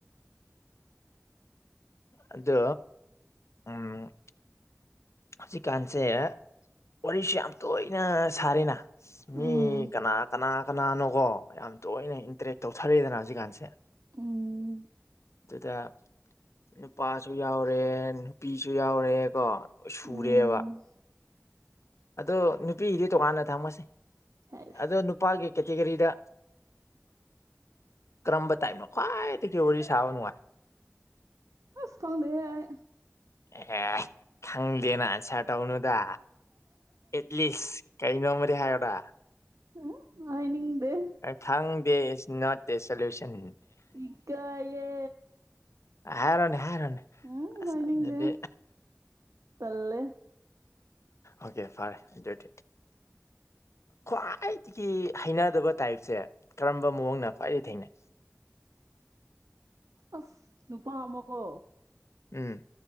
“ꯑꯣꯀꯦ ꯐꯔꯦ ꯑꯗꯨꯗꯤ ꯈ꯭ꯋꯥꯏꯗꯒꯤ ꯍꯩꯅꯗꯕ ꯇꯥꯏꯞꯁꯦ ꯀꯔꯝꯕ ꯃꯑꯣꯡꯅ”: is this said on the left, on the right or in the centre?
Left